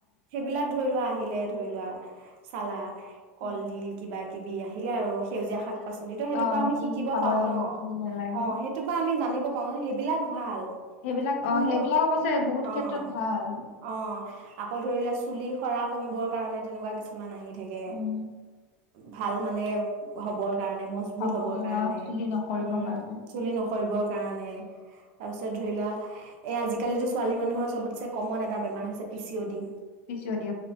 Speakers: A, on the right (about 60°); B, on the left (about 75°).
A: সেইবিলাক ধৰি লোৱা আহ আহিলে ধৰি লোৱা চালা কলডিল
B: অ'
A: কিবা কিবি আহিলে আৰু সেউজীয়া শাক পাচলিতো সেইটোৰ
B: অ
A: পৰা আমি
B: কি
A: শিকিব
B: কি খাব
A: পাওঁ
B: লাগে
A: ন
B: কি কি নালাগে
A: অ সেইটো বা আমি জানি পাও সেইবিলাক ভাল
B: সেইবিলাক
A: কিন্তু
B: অ সেইবিলাক অৱশ্যে বহুত
A: অ',
B: ক্ষেত্ৰত ভাল
A: অ', আকৌ ধৰিলেোৱা চুলি খৰা কমিবৰ কাৰণে তেনেকুৱা কিছুমান আহিল থাকে
B: উম
A: ভাল মানে হবৰ কাৰণে মজবুত
B: খাবৰ
A: হবৰ কাৰণে
B: অ চুলি নসৰিবৰ
A: উম
B: কাৰণে
A: চুলি নকৰিব কাৰণে তাৰপিছত ধৰি লোৱা এই আজিকালো ছোৱালী মানুহৰ চবতে কমন এটা বেমাৰ হৈছে P C O D
B: P C O D